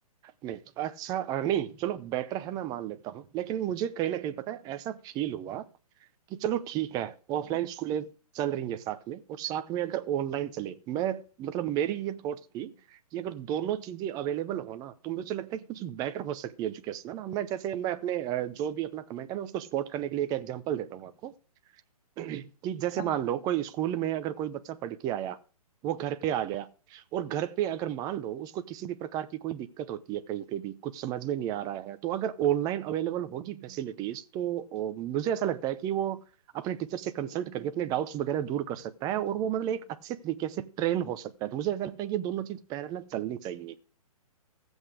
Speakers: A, on the right; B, on the left.
A: नहीं तो अच्छा अ, नहीं चलो बेटर है मैं मान लेता हूँ लेकिन मुझे कहीं ना कहीं पता है ऐसा फील हुआ कि चलो ठीक है
B: हम्म,
A: ऑफलाइन स्कूलें चल रही हैं साथ में और साथ में अगर ऑनलाइन चले मैं मतलब मेरी ये थॉट्स थी कि अगर दोनों चीजें अवेलेबल हो ना तो मुझे लगता है कि कुछ बेटर हो सकती है एजुकेशन है ना मैं जैसे मैं अपने अ, जो भी अपना कमेंट है मैं उसको सपोर्ट करने के लिए एक एग्जांपल देता हूँ आपको कि जैसे
B: हाँ
A: मान
B: हाँ
A: लो कोई स्कूल में अगर कोई बच्चा पढ़ के आया वो घर पे आ गया और घर पे अगर मान लो उसको किसी भी प्रकार की कोई दिक्कत होती है कहीं पे भी कुछ समझ में नहीं आ रहा है तो अगर ऑनलाइन अवेलेबल होगी फैसिलिटीज तो अ, मुझे ऐसा लगता है कि वो अपने टीचर से कंसल्ट करके अपने डाउट्स वगैरह दूर कर सकता है और वो मतलब एक अच्छे तरीके से ट्रेन हो सकता है तो मुझे ऐसा लगता है कि ये दोनों चीज पैरेलल चलनी चाहिए